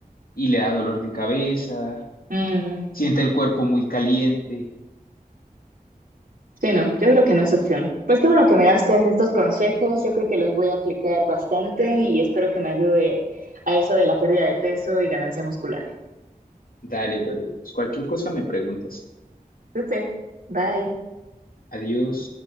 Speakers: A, on the left; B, on the right.
A: y le da dolor de cabeza,
B: Mm,
A: siente el cuerpo muy caliente
B: sí, no, yo creo que no es opción. Pues qué bueno que me daste estos consejos, yo creo que los voy a aplicar bastante y espero que me ayude a eso de la pérdida de peso y ganancia muscular.
A: Dale, Lore. Pues Cualquier cosa me preguntas.
B: Súper, bye.
A: Adiós.